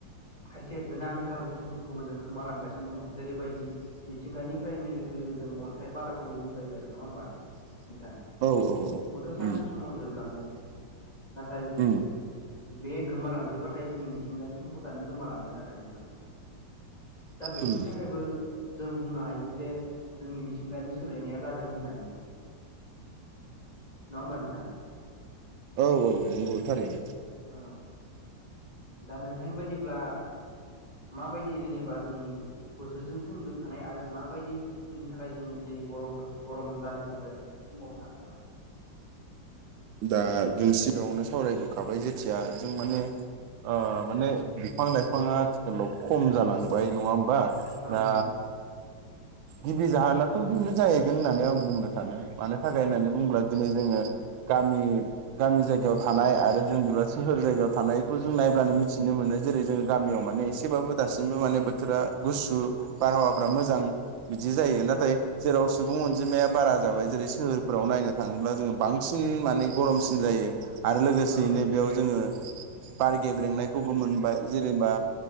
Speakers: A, on the left (about 20°); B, on the right (about 80°).
A: खायसे गोनांथार बुसथुफोरखौबो जों खोमाालांगासिनो दङ' जेरैबायदि मिथिंगानिफ्राय होननाय लोगो लोगो जों अनथाइ बालाखौबो बुंजायो आरो नङा होमबा नोंथां
B: औ औ उम
A: खौथ' <unintelligible> सानसे समाव जोबलांगोन नाथाय
B: उम
A: बे गोमालांजोबबाथाय जोंनि मिथिंगानि समपदानो गोमालांगोन आरो नोंथां दा बेफोरनि
B: उम
A: थाखायबो जों बुंनो हायो जे जोंनि मिथिंगानि सोलायनाया जा दों होननानै नङा होमबा नोंथां
B: औ औ नंगौ थारैनो
A: औ दा नोंथांनि बायदिब्ला माबायदि जेनेबा जोंनि बोथोरजों सोमोनदो थानाय आरो माबायदि बुसथुनि थाखाय जोङो दि नै गरम गरम जानो गोनां जादों एसे बुंबावनो हागोन नामा
B: दा जों सिगाङावनो सावरायबोखाबाय जेथिया जों माने ओ माने बिफां लाइफाङा आथिखालाव खम जालांबाय नङा हो नबा‌
A: औ
B: दा
A: औ
B: गिबि जाहोनाथ' बेनो जाहैगोन होननानै आं बुंनो सानो मानो थाखाय होननानै बुंङोब्ला दिनै जोङो गामि गामि जायगायाव थानाय आरो जों बिबा <unintelligible> सोहोर जायगायाव। थानायखौ जों नायब्लानो मिथिनो मोनो जेरै जोङो गामियाव माने एसेबाबो दासिमबो माने बोथोरा गुसु बारहावाफ्रा मोजां बिदि जायो नाथाय जेराव सुबुं अनजिमाया बारा जाबाय जेरै सोहोरफोर याव नायनो थाङोब्ला जोङो बांसिन माने गरमसिन जायो आरो लोगोसेयैनो
A: औ
B: बेयाव जोङो बार गेब्रेंनायखौबो मोनबाय जेनेबा